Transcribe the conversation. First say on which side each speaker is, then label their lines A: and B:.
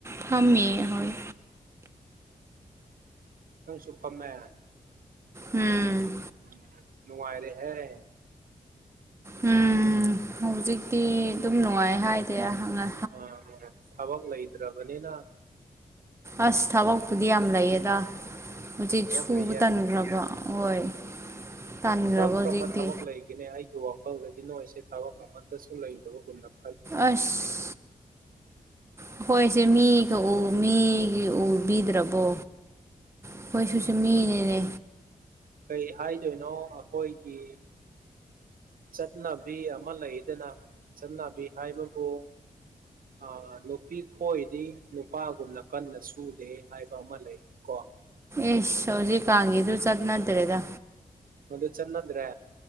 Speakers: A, on the right; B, on the right.
A: ꯐꯝꯃꯤꯌꯦ ꯍꯣꯏ
B: ꯅꯪꯁꯨ ꯐꯝꯅꯅ
A: ꯎꯝ
B: ꯎꯝ ꯅꯨꯡꯉꯥꯏꯔꯦ ꯍꯥꯏꯦ
A: ꯎꯝ ꯍꯧꯖꯤꯛꯇꯤ ꯑꯗꯨꯝ ꯅꯨꯡꯉꯥꯏ ꯍꯥꯏꯗꯤꯦꯪꯉ
B: ꯑ ꯊꯕꯛ ꯂꯩꯇ꯭ꯔꯕꯅꯤꯅ
A: ꯑꯁ ꯊꯕꯛꯄꯨꯗꯤ ꯌꯥꯝ ꯂꯩꯌꯦꯗ ꯍꯧꯖꯤꯛ
B: ꯊꯕꯛ
A: ꯁꯨꯕ
B: ꯂꯩꯌꯦ
A: ꯇꯟꯈ꯭ꯔꯕ ꯍꯣꯏ ꯇꯟꯈ꯭ꯔꯕ
B: ꯀꯔꯝ
A: ꯍꯧꯖꯤꯛꯇꯤ
B: ꯀꯔꯝꯕ ꯊꯕꯛ ꯂꯩꯒꯦ ꯑꯩꯒꯤ ꯋꯥꯈꯜꯗꯗꯤ ꯅꯣꯏꯁꯦ ꯊꯕꯛ ꯑꯃꯠꯇꯁꯨ ꯂꯩꯇꯕꯒꯨꯝꯗꯕ
A: ꯑꯁ ꯑꯩꯈꯣꯏꯁꯦ ꯃꯤꯒ ꯃꯤꯒꯤ ꯎꯕꯤꯗ꯭ꯔꯕꯣ ꯑꯩꯈꯣꯏꯁꯨꯁꯦ ꯃꯤꯅꯦꯅꯦ
B: ꯀꯩ ꯍꯥꯏꯗꯣꯏꯅꯣ ꯑꯩꯈꯣꯏꯒꯤ ꯆꯠꯅꯕꯤ ꯑꯃ ꯂꯩꯗꯅ ꯆꯠꯅꯕꯤ ꯍꯥꯏꯕꯕꯨ ꯑ ꯅꯨꯄꯤ ꯈꯣꯏꯗꯤ ꯅꯨꯄꯥꯒꯨꯝꯅ ꯀꯟꯅ ꯁꯨꯗꯦ ꯍꯥꯏꯕ ꯑꯃ ꯂꯩ ꯀꯣ
A: ꯑꯦꯁ ꯍꯧꯖꯤꯛ ꯀꯥꯡꯒꯤꯗꯨ ꯆꯠ ꯅꯠꯇ꯭ꯔꯦꯗ
B: ꯃꯗꯨ ꯆꯟꯗ꯭ꯔꯦ